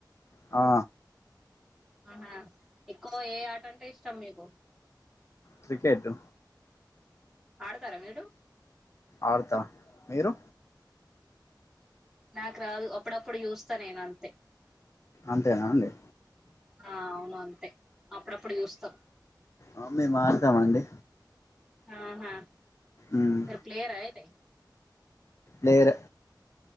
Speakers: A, on the left; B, in the centre.
A: ఆ
B: ఆహా ఎక్కువ ఏ ఆట అంటే ఇష్టం మీకు
A: క్రికెటు
B: ఆడతరా మీరు
A: ఆడత మీరు
B: నాకు రాదు అప్పుడప్పుడు చూస్తా నేనంతే
A: అంతేనా అండి
B: ఆ అవును అంతే అప్పుడప్పుడు చూస్తాం
A: ఆ మేము మాడతమండి
B: ఆహా
A: ఉమ్
B: క్లియరయితే
A: లేదు